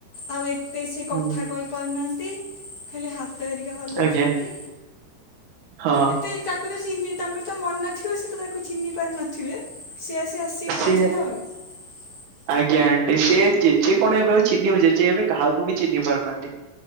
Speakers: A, on the left; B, on the right.
A: ଆଉ ଏତେ ସେ କଥା
B: ହୁଁ
A: କ କରୁନାହାନ୍ତି ଖାଲି ହାତ ହେରିକା ହଲଉଛନ୍ତି
B: ଆଜ୍ଞା ହଁ
A: ଏତେ ତାକୁ ତ ଚିହ୍ନି ତାଙ୍କର ତ ମନ ନଥିବ ସେ ତ ତାକୁ ଚିହ୍ନି ପାରି ନଥିବେ ସିଏ ଆସି ଆସି
B: ସେ
A: ସେ
B: ଆଜ୍ଞା ଆଣ୍ଟି ସେ ଜେଜେ କଣ ଏବେ ଚିହ୍ନି ଜେଜେ ଏବେ କାହାକୁ ବି ଚିହ୍ନି ପାରୁନାହାନ୍ତି।